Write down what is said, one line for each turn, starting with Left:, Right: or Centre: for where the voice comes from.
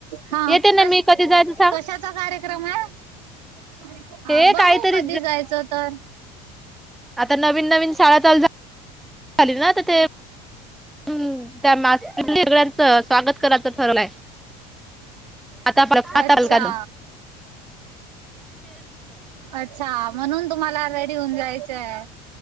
Right: हा
Centre: येते ना
Right: कश
Centre: मी कधी जायच सांग
Right: कशाचा कार्यक्रम आहे
Centre: हे
Right: बघू
Centre: काहीतरी
Right: कधी जायच तर
Centre: आता नवीन नवीन शाळा चालू झा ना त ते हम्म त्याथ सगळ्यांचं स्वागत करायचं ठरलंय आता आताल
Right: अच्छा.
Centre: का ना
Right: अच्छा म्हणून तुम्हाला रेडी होऊन जायचंय